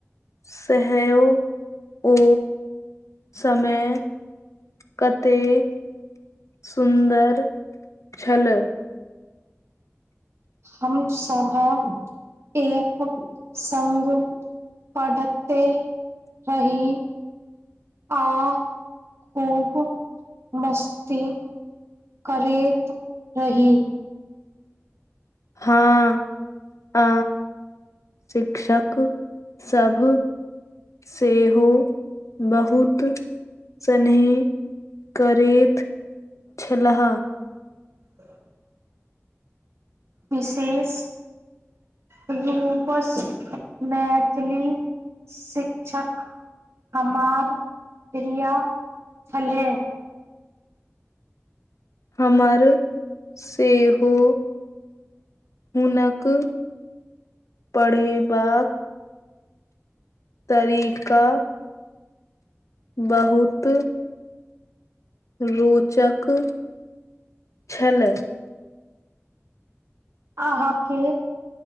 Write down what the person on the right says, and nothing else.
हम सभ एक सङ्ग पढ़ते रहि आ खूब मस्ती करैत रहि
<inaudible> विशेष रूपसँ मैथिली शिक्षक हमार प्रिया छलहे
अहाँके